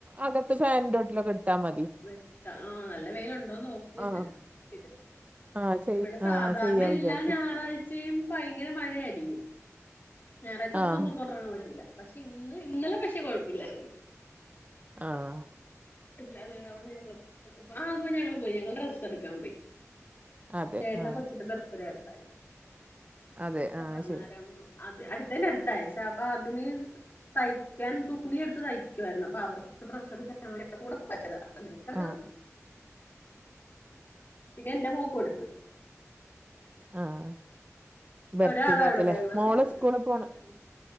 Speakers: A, on the right; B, on the left.
A: അകത്ത് ഫാൻറ്റോട്ടിലൊക്കെ ഇട്ടാ മതി.
B: വെൻ ട്ടാ ആഹ്‌ നല്ല വെയിലുണ്ടോന്നോക്കിട്ട്
A: ആഹ്
B: ഇട്.
A: ആഹ് ചെയ്
B: ഇവിടെ സാധാരണ
A: ആഹ് ചെയ്യാ
B: എല്ലാ
A: വിചാരിച്ചിട്ട്
B: ഞായറാഴ് ചെയ്യും ഭയങ്കര മഴ ആയിരിക്കും ഞായറാഴ്ച്ച വസം
A: ആഹ്
B: പുറത്തുട്ടറങ്ങാൻ പറ്റൂല്ല. പക്ഷെ ഇന്ന് ഇന്നലെ പക്ഷെ കുഴപ്പില്ലായിര്ന്ന്.
A: ആഹ്‌.
B: ഇല്ലാതെ അത് ഞങ്ങള് ആ പോയി ഞങ്ങള് പോയി ഞങ്ങള് ഡ്രസ് എടുക്കാൻ പോയി.
A: അതെ
B: ചേന്റെ
A: ആഹ്
B: കൊച്ചിന്റെ ബർത്ത്ഡേ അടുത്ത ആഴ്ച
A: അതെ
B: അപ്പ
A: ആഹ്
B: അന്നേരം.
A: ശരി
B: അത് അടുത്തേന്റെ അടുത്തഴ്ച അപ്പൊ അതിന് തയ്ക്കാൻ തുണിയ എടുത്ത് തയ്ക്കായിരുന്നു അപ്പൊ അവർ അവര്ക് ഡ്രസ്സ്‌ എടുക്കാൻ കൂടെ പോയതാ അപ്പൊ ഞങ്ങള് എടക്ക
A: ആഹ്
B: പിന്നെ എന്റെ മോക്ക് കൊടുത്ത്.
A: ആഹ്‌ ബർത്ത്ഡേക്ക്ല്ലേ
B: ഒരാളാവിടെ ഒന്നാം ക്ലാസ്സിൽ
A: മോളെ
B: പഠിക്കുന്നു
A: സ്കൂള് പോണ്
B: ഉം